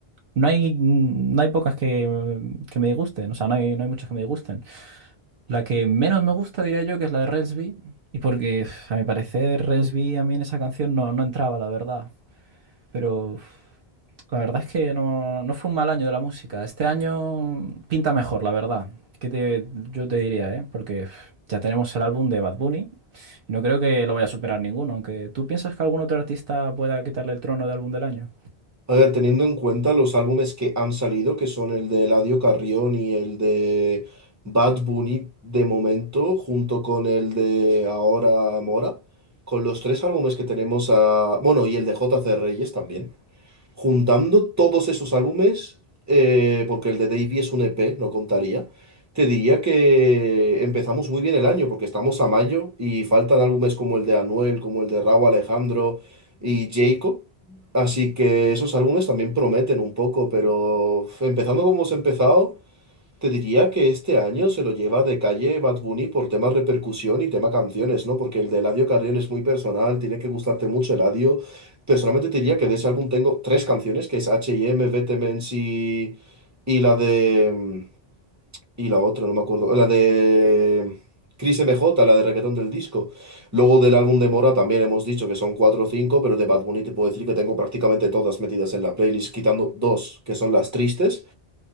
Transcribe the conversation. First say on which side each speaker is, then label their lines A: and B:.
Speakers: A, on the right; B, on the right.
A: No hay, mm, no hay pocas que, mm, que me disgusten, o sea, no hay, no hay muchas que me disgusten. La que menos me gusta, diría yo, que es la de Relsby, y porque uf, a mi parecer Relsby a mí en esa canción no, no entraba, la verdad. Pero uf, la verdad es que no, no fue un mal año de la música. Este año pinta mejor, la verdad. ¿Qué te, yo te diría, eh? Porque uf, ya tenemos el álbum de Bad Bunny, y no creo que lo vaya a superar ninguno, aunque tú piensas que algún otro artista pueda quitarle el trono de álbum del año.
B: A ver, teniendo en cuenta los álbumes que han salido, que son el de Eladio Carrión y el de Bad Bunny de momento, junto con el de Ahora Mora, con los tres álbumes que tenemos a... Bueno, y el de J. C. Reyes también. Juntando todos esos álbumes, eh, porque el de Davey es un EP, no contaría, te diría que empezamos muy bien el año, porque estamos a mayo y faltan álbumes como el de Anuel, como el de Rauw Alejandro y Jacob. Así que esos álbumes también prometen un poco, pero uf, empezando como hemos empezado, te diría que este año se lo lleva de calle Bad Bunny por tema repercusión y tema canciones, ¿no? Porque el de Eladio Carrión es muy personal, tiene que gustarte mucho Eladio. Personalmente te diría que de ese álbum tengo tres canciones, que es H&M, Vete Mens y... y la de... y la otra, no me acuerdo. La de... Cris M J, la de Reggaetón del Disco. Luego del álbum de Mora también hemos dicho que son cuatro o cinco, pero de Bad Bunny te puedo decir que tengo prácticamente todas metidas en la playlist, quitando dos, que son las tristes.